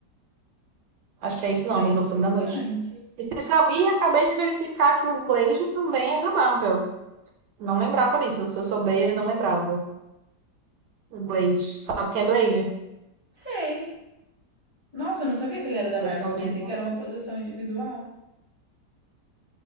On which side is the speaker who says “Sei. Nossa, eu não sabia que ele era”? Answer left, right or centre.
Left